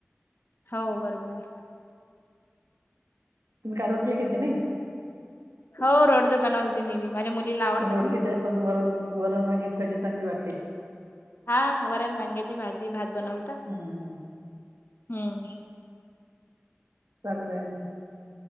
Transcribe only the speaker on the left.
हो बरोबर हाय.
हाव रोगडे बनवते होते मी बी माझ्या मुलीला आवडतात
ना.
हां वरण, वांग्याची भाजी, भात बनवलता
होता.